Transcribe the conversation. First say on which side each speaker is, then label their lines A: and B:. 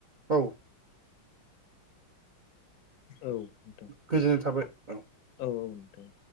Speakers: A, on the right; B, on the left.
A: <unintelligible>
B: औ नोंथां
A: गोजोननाय
B: दे
A: थाबाय औ
B: औ औ नोंथां।